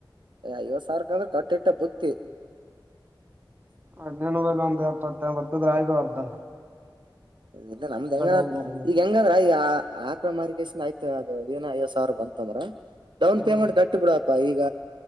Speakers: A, on the right; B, on the right.
A: ಐವತ್ ಸಾವಿರಕಂದ್ರೆ ಕಟ್ಟಿಟ್ಟ ಬುತ್ತಿ <unintelligible>
B: ಅದ್ನ ಒಂದ ಎಪ್ಪತ್ತಂಬತ್ತದ ಆಗವದ್ದ.
A: ಇಲ್ಲ ನಮ್ದ್ ಹೆಂಗ
B: ಹಂಗಾರ
A: ಈಗ ಹೆಂಗಂದ್ರ ಈಗ <unintelligible> ಆಕಡ ಮಿಕೇಶನ್ಯ್ತ ಅದದು ಏನ ಐವ್ ಸಾವಿರ ಬಂತಂದ್ರ ಡೌನ್
B: ಹ್ಮ್
A: ಪೇಮೆಂಟ್ ಕಟ್ಟಿಬ ಬಿಡ <unintelligible> ಪೈಗ.